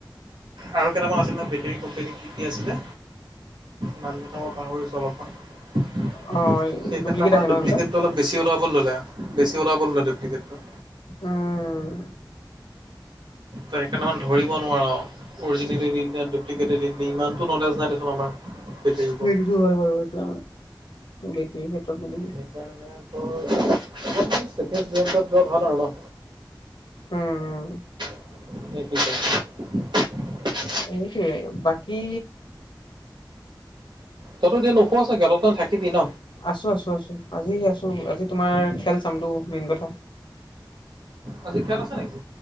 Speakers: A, on the right; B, on the left.
A: আৰু কেইটামান আছিলে বেটেৰী কোম্পেনী কি কি আছিলে? নাম গিটা পাহৰিছোঁ অলপমান। সেই
B: অ ডুপ্লিকেট
A: ক্ষেত্ৰত মানে
B: আহে ন
A: ডুপটিকেতটো
B: এইবিলাক
A: অলপ বেছি ওলাবলৈ ল'লে বেছি ওলাব ল'লে ডপটিকেতটো।
B: উম।
A: ত সেইকাৰণে ধৰিব নোৱাৰ অৰিজিনেলে দি দে ডুপ্লিকেট দে ইমানতটো নলেজ নাই আমাৰ বেটেৰীৰ ওপৰত
B: সেইটোতো
A: <inaudible>
B: হয় বাৰু সেইটো বেটেৰীৰ ক্ষেত্ৰত বুলি
A: সেইকাৰণে তোৰ অলপ চেফেস্ট বেণ্ডত যোৱা ভাল আৰু ন।
B: উম
A: <unintelligible>
B: সেইটোৱে বাকি
A: তইতো এতিয়া নুশুৱ চাগে, অলপ টাইম থাকিবি ন?
B: আছো আছো আছো আজি আছো আজি তোমাৰ খেল চামতটো মেইন কথা।
A: আজি খেল আছে নেকি?